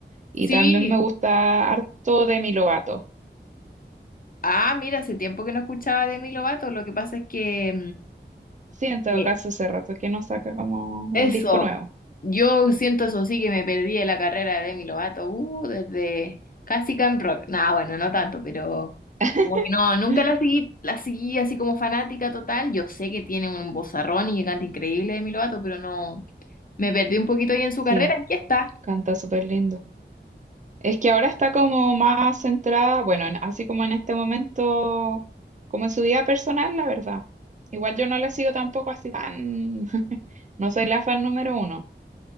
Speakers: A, on the right; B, on the left.
A: Y
B: Sí.
A: también me gusta harto Demi Lovato.
B: Ah, mira, hace tiempo que no escuchaba de Demi Lovato. Lo que pasa es que
A: Sí, en todo
B: mm, eh,
A: caso, hace rato que no saca como
B: Eso,
A: un disco nuevo.
B: yo siento eso sí que me perdí de la carrera de Demi Lovato, uh, desde casi Camp Rock. Nah, bueno, no tanto, pero
A: <laughs>
B: como que no, nunca la seguí, la seguí así como fanática total. Yo sé que tiene un vozarrón y que canta increíble Demi Lovato, pero no, me perdí un poquito ahí en su
A: Sí,
B: carrera. Aquí está.
A: canta súper lindo. Es que ahora está como más centrada, bueno, en- así como en este momento, como en su vida personal, la verdad. Igual yo no la sigo tampoco así tan, <laughs> no soy la fan número uno,